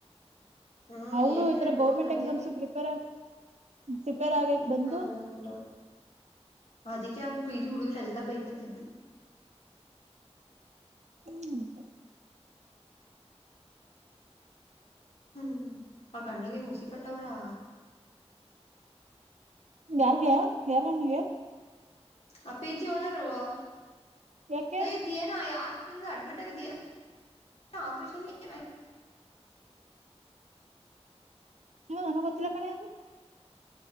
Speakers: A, on the left; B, on the right.
A: ಹ್ಮ್
B: ಅವರು
A: ಏನ್
B: ಈತರ
A: ಗ್ರೇಟು
B: ಗೌರ್ಮೆಂಟ್
A: ನಡಿಯಲ್ಲಿ
B: ಎಕ್ಸಾಮ್ಸ್ ಪ್ರಿಪೇರ್ ಪ್ರಿಪೇರ್
A: ಹ್ಮ್
B: ಆಗಕ್ ಬಂದು
A: <unintelligible> ಅದಕ್ಕೆ ಅವವು ಪಿಜಿ ಹುಡುಗ್ರರೆಲ್ಲ ಬೈೇಕತ್ತಿದ್ದು
B: ಹ್ಮ್
A: ಹ್ಮ್ ಆ ಗಂಡಗೇನ್ ಹಸಿ ಕಟ್ಟವ್ರಾ
B: ಯಾರ್ಗ ಯಾರಣಗೆ
A: ಆ ಪಿ ಜಿ ಓನರ್ ಹ
B: ಯಾಕೆ
A: ನೀ ಏನ ಆಸ್ಪತ್ಲ್ ಅಡ್ಮಿಟ್ ಆಗಿದ ಏ ಆಪರೇಷನ್ ಏ
B: ನಿಮ್ಮ ನನ ಗೊತ್ತಲ್ಲ ಕಣೆ ಅದು